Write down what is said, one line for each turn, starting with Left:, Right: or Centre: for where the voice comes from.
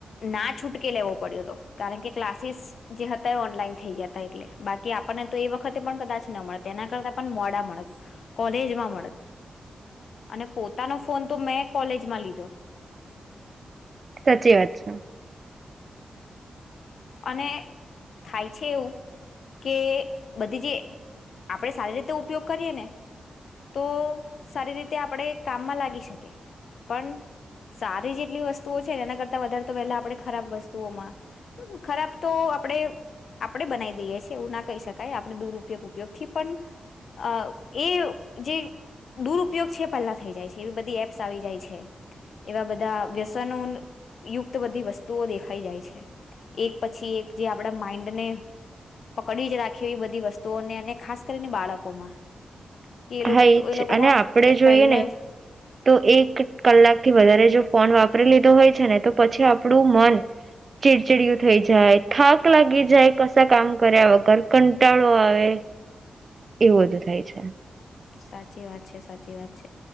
Left: ના છૂટકે લેવો પડ્યો તો, કારણ કે ક્લાસીસ જે હતા એ ઓનલાઈન થઈ ગયા તા એટલે, બાકી આપણને તો એ વખતે પણ કદાચ ન મળત એના <unintelligible> તા પન મોડા મળત, કોલેજમાં મળત અને પોતાનો ફોન તો મેં કોલેજમાં લીધો.
Right: સાચી વાત છે.
Left: અને થાય છે એવું કે બધી જે આપણે સારી રીતે ઉપયોગ કરીએ ને તો સારી રીતે આપણે કામમાં લાગી શકીએ, પણ સારી જેટલી વસ્તુઓ છેને એના કરતા વધારે તો પહેલા આપણે ખરાબ વસ્તુઓમાં ખરાબ તો આપડે આપડે બનાઈ દઈએ છીએ એવું ના કહી શકાય, આપડે દુરુપયોગ ઉપયોગથી પન અ એ જે દુરુપયોગ છે એ પેલ્લા થઈ જાય છે, એવી બધી એપ્સ આવી જાય છે, એવા બધા વ્યસનો યુક્ત બધી વસ્તુઓ દેખાઈ જાય છે. એક પછી એક જે આપણા માઈન્ડને પકડી જ રાખે એવી બધી વસ્તુઓને અને ખાસ કરીને બાળકોમાં કે
Right: હા, એ જ છે
Left: લોકોમાં
Right: અને આપડે
Left: એ
Right: જોઈએ
Left: પહેલા
Right: ને
Left: જ
Right: તો એક કલાકથી વધારે જો ફોન વાપરી લીધો હોય છે ને તો પછી આપડુ મન ચીડચીડયું થઈ જાય, થાક લાગી જાય, કશા કામ કર્યા વગર કંટાળો આવે એવું બધું થાય છે.
Left: સાચી વાત છે, સાચી વાત છે